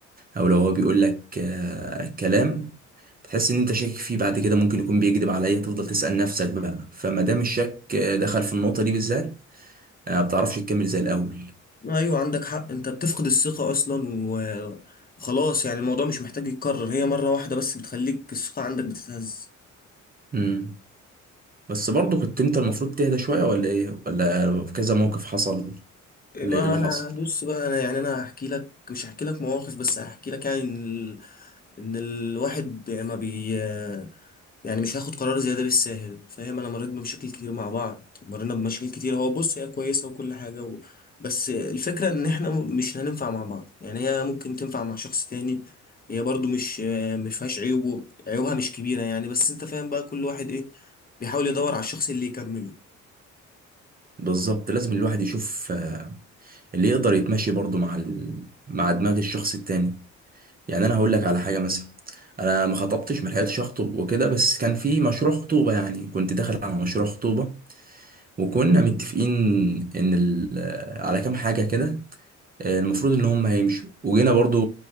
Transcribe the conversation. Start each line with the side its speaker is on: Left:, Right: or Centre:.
Right: او لو هو بيقول لك آه، كلام بتحس ان انت شاكك فيه بعد كده ممكن يكون بيكذب عليا تفضل تسأل نفسك بقى فما دام الشك آه، دخل في النقطه دي بالذات آه، ما بتعرفش تكمل زي الاول
Left: ايوه عندك حق انت بتفقد الثقة اصلا و- وخلاص يعني الموضوع مش محتاج يتكرر هي مرة واحدة بس بتخليك الثقة عندك بتتهز
Right: امم بس برضه كنت انت المفروض تهدى شويه ولا ايه ولا كذا موقف حصل
Left: ما
Right: ولا ايه اللي
Left: انا
Right: حصل
Left: بص بقى انا يعني انا هحكي لك مش هحكي لك مواقف بس هحكي لك يعني ان ال... ان الواحد ما بي يعني مش هاخد قرار زي ده بالساهل فاهم انا مريت بمشاكل كتير مع بعض مرينا بمشاكل كتير هو بص هي كويسة وكل حاجة و... بس الفكرة ان احنا م- مش هننفع مع بعض يعني هي ممكن تنفع مع شخص تاني هي برضو مش مش فيهاش عيوب و- عيوبها مش كبيرة يعني بس انت فاهم بقى كل واحد ايه بيحاول يدور على الشخص اللي يكمله
Right: بالظبط لازم الواحد يشوف اللي يقدر يتمشي برضه مع ال... مع دماغ الشخص التاني يعني انا هقول لك على حاجه مثلا انا ما خطبتش ما لحقتش اخطب وكده بس كان في مشروع خطوبه يعني كنت داخل على مشروع خطوبه وكنا متفقين ان ال... على كام حاجه كده المفروض ان هم هيمشوا وجينا برضو